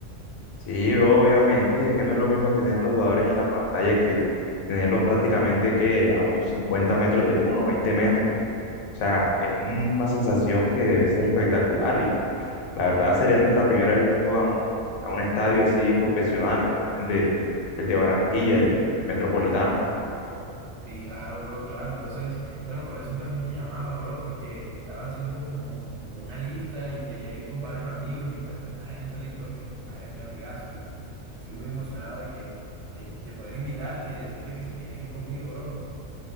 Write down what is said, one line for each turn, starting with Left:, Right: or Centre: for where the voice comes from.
Left: Sí, bro, obviamente, es que no es lo mismo tener los jugadores en la pantalla que tenerlos prácticamente que a unos 50 metros de uno, 20 metros. O sea, es un- una sensación que debe ser espectacular La verdad sería nuestra primera vez yendo a un, a un estadio así profesional como es el de, el de Barranquilla, el Metropolitano.
Right: Sí, claro, bro, claro. Entonces, bueno, por eso también te llamaba, bro, porque estaba haciendo como, como una lista y quería ir con varios amigos y pues tú estás en esa lista porque ah, eres mi amigazo y estoy muy emocionado de que de, de poder invitarte y decirte que si querías ir conmigo, bro.